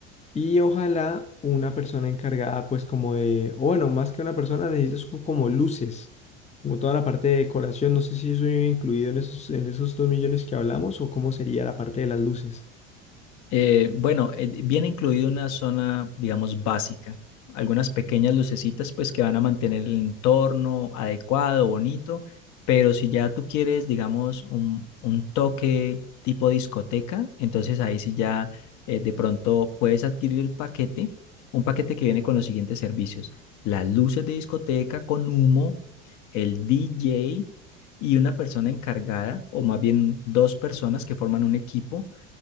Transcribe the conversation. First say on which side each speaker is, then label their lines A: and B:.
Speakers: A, on the left; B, on the left.
A: y ojalá una persona encargada, pues como de, o bueno, más que una persona, necesitas co- como luces, como toda la parte de decoración. No sé si eso iba incluido en esos, en esos dos millones que hablamos o cómo sería la parte de las luces.
B: Eh, bueno, eh, viene incluido una zona, digamos, básica. Algunas pequeñas lucecitas, pues, que van a mantener el entorno adecuado, bonito. Pero si ya tú quieres, digamos, un, un toque tipo discoteca, entonces ahí sí ya eh, de pronto puedes adquirir el paquete, un paquete que viene con los siguientes servicios: las luces de discoteca con humo, el DJ y una persona encargada, o más bien dos personas que forman un equipo